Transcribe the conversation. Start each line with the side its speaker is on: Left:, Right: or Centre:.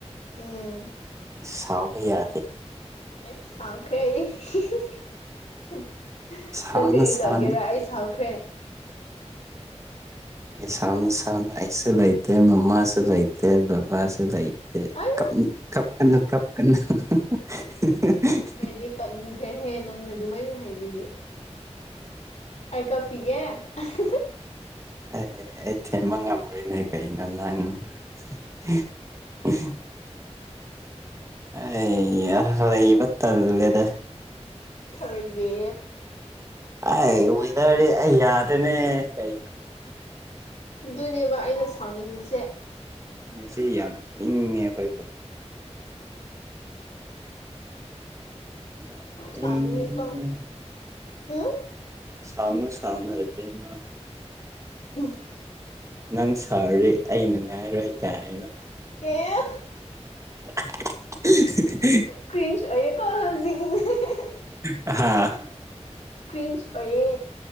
Left: ꯎꯝ
Right: ꯁꯥꯥꯎꯕ ꯌꯥꯗꯦ
Left: ꯑꯦ ꯁꯥꯎꯈ꯭ꯔꯦ ꯑꯩꯗꯤ <unintelligible>
Right: ꯁꯥꯎꯅꯨ
Left: ꯅꯪ ꯀꯔꯤ
Right: ꯁꯥꯎꯅꯨ
Left: ꯇꯧꯒꯦꯔ ꯑꯩ ꯁꯥꯎꯈ꯭ꯔꯦ
Right: ꯁꯥꯎꯅꯨ ꯁꯥꯎꯅꯨ ꯑꯩꯁꯨ ꯂꯩꯇꯦ ꯃꯃꯥꯁꯨ ꯂꯩꯇꯦ ꯕꯕꯥꯁꯨ ꯂꯩ ꯇꯦ
Left: ꯑꯩ
Right: ꯀꯞ ꯀꯞꯀꯅꯨ ꯀꯞꯀꯅꯨ <unintelligible>
Left: ꯗꯣꯏꯗꯤ ꯀꯞꯅꯤꯡꯈ꯭ꯔꯦꯍꯦ ꯅꯪꯅ ꯑꯗꯨꯃꯥꯏꯅ ꯍꯥꯏꯕꯒꯤ ꯑꯩ ꯀꯞꯀꯤꯒꯦ <unintelligible>
Right: ꯑꯦ ꯑꯩ ꯊꯦꯝꯕ ꯉꯝꯔꯣꯏꯅꯦ ꯀꯩꯅꯣ ꯅꯪ <unintelligible> ꯑꯥꯌꯥ ꯂꯩꯕ ꯇꯜꯂꯦꯗ
Left: ꯈꯔꯤꯒꯤ
Right: ꯑꯩ ꯑꯣꯏꯗꯔꯦ ꯑꯩ ꯌꯥꯗꯦꯅꯦ ꯀꯩ
Left: ꯑꯗꯨꯅꯦꯕ ꯑꯩꯅ ꯁꯥꯎꯅꯤꯡꯕꯁꯦ
Right: ꯉꯁꯤ ꯌꯥꯝ ꯏꯪꯉꯦ ꯑꯈꯣꯏ ꯈꯨꯜ ꯌꯥꯝ
Left: ꯁꯅꯤꯉꯦꯀꯣ
Right: ꯏꯪꯉꯦ
Left: ꯎꯝ
Right: ꯁꯥꯎꯅꯨ ꯁꯥꯎꯅꯨ ꯢꯕꯦꯝꯃ
Left: <unintelligible>
Right: ꯅꯪ ꯁꯥꯎꯔꯗꯤ ꯑꯩ ꯅꯨꯡꯉꯥꯏꯔꯣꯏ ꯀꯥꯏꯅ
Left: ꯑꯦ
Right: <unintelligible>
Left: ꯀ꯭ꯔꯤꯟꯁ ꯑꯣꯢꯌꯦꯀꯣ ꯍꯧꯖꯤꯛ <unintelligible>
Right: ꯍꯥ
Left: ꯀ꯭ꯔꯤꯟꯁ ꯑꯣꯢꯌꯦ